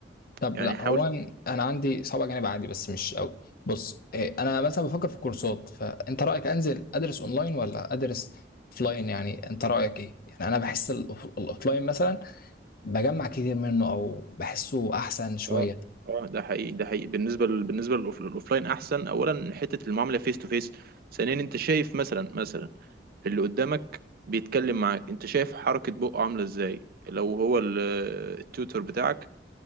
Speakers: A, on the left; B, on the right.
A: طب
B: يعني
A: لا
B: حاول
A: هو انا أنا عندي صعب جانب عادي بس مش قوي بص إيه، انا مثلا بفكر في الكورسات فانت رايك انزل ادرس اونلاين ولا ادرس اوفلاين يعني انت رايك ايه يعني انا بحس الاوفلاين مثلا بجمع كتير منه او بحسه احسن شويه
B: اه اه ده حقيقي ده حقيقي بالنسبه ل... بالنسبه للأوف- للاوفلاين احسن اولا حته المعامله فيس تو فيس ثانيا انت شايف مثلا مثلا اللي قدامك بيتكلم معاك انت شايف حركه بقه عامله ازاي لو هو ال- التيوتر بتاعك